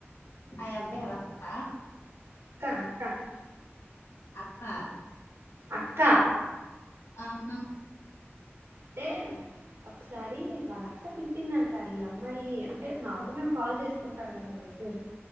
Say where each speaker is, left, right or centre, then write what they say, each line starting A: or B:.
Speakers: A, on the left; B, on the right.
A: ఆ అబ్బాయి వాళ్ళక్క
B: అక్క అక్క
A: అత్త
B: అక్కా
A: ఆహా
B: అంటే ఒకసారి వాళ్ళక్క తిట్టిందంట ఈ అమ్మాయి అంటే నార్మల్గా కాల్ చేసుకుంటారు కదా తెలుసు